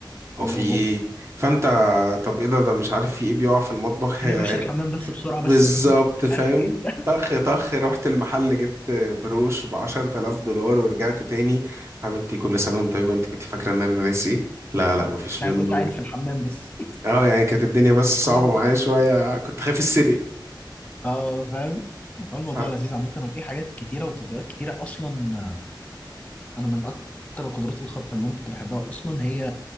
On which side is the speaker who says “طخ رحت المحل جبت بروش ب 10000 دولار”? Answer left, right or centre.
Right